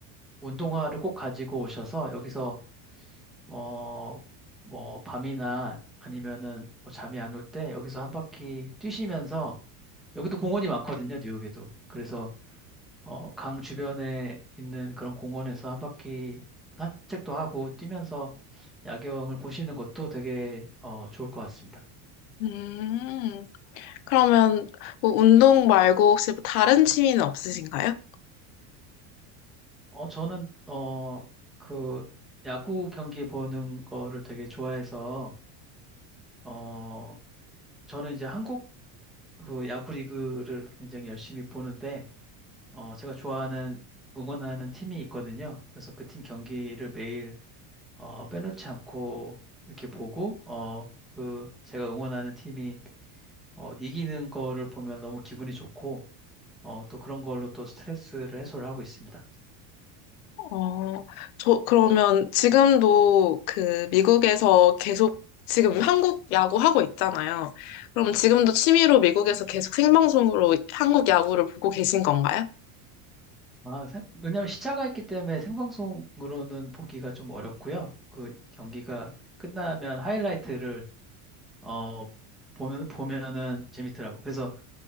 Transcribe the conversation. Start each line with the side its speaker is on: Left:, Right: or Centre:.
Centre: 운동화를 꼭 가지고 오셔서 여기서 어, 뭐 밤이나 아니면은 뭐 잠이 안 올 때 여기서 한 바퀴 뛰시면서 여기도 공원이 많거든요, 뉴욕에도. 그래서 어, 강 주변에 있는 그런 공원에서 한 바퀴 산책도 하고 뛰면서 야경을 보시는 것도 되게 어, 좋을 것 같습니다.
Left: 음, 그러면 뭐 운동 말고 혹시 뭐 다른 취미는 없으신가요?
Centre: 어, 저는 어, 그 야구 경기 보는 거를 되게 좋아해서 어, 저는 이제 한국 그 야구 리그를 굉장히 열심히 보는데, 어, 제가 좋아하는 응원하는 팀이 있거든요. 그래서 그 팀 경기를 매일 어, 빼놓지 않고 이렇게 보고, 어, 그 제가 응원하는 팀이 어, 이기는 거를 보면 너무 기분이 좋고, 어, 또 그런 걸로 또 스트레스를 해소를 하고 있습니다.
Left: 어, 저, 그러면 지금도 그 미국에서 계속 지금 한국 야구 하고 있잖아요. 그럼 지금도 취미로 미국에서 계속 생방송으로 한국 야구를 보고 계신 건가요?
Centre: 아, 생- 왜냐하면 시차가 있기 때문에 생방송으로는 보기가 좀 어렵고요. 그 경기가 끝나면 하이라이트를 어, 보면, 보면은 재밌더라고. 그래서,